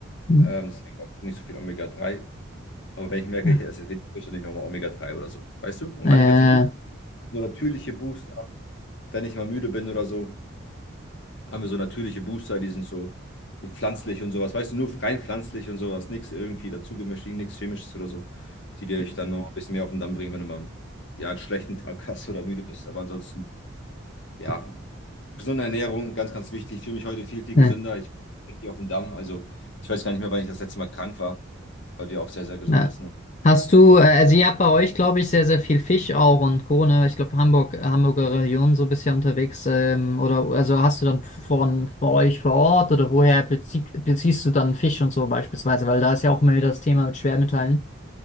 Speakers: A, on the left (about 35°); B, on the left (about 60°).
A: Mhm.
B: Ähm, deswegen auch nicht so viel Omega-3. Aber wenn ich merke,
A: Ja.
B: ich esse jetzt wenig Fisch, dann nehme ich auch mal Omega-3 oder so. Weißt du? Und
A: Äh.
B: wenn ich jetzt so natürliche Booster, habe, wenn ich mal müde bin oder so, haben wir so natürliche Booster, die sind so mit pflanzlich und sowas. Weißt du, nur rein pflanzlich und sowas. Nichts irgendwie dazugemischt, nichts Chemisches oder so, die dir ich dann noch ein bisschen mehr auf den Damm bringen, wenn du mal ja, einen schlechten Tag hast oder müde bist. Aber ansonsten, ja, gesunde Ernährung, ganz, ganz wichtig. Ich fühle mich heute viel, viel
A: Ja,
B: gesünder. Ich bin richtig auf den Damm. Also, ich weiß gar nicht mehr, wann ich das letzte Mal krank war, weil wir auch sehr, sehr gesund
A: ja.
B: essen. und
A: Hast du, äh, also ihr habt bei euch, glaube ich, sehr, sehr viel Fisch auch und Co., ne? Ich glaube, Hamburg, Hamburger Region so bisher unterwegs. Ähm, oder also hast du dann von vor euch vor Ort oder woher bezie beziehst du dann Fisch und so beispielsweise? Weil da ist ja auch immer wieder das Thema mit Schwermetallen.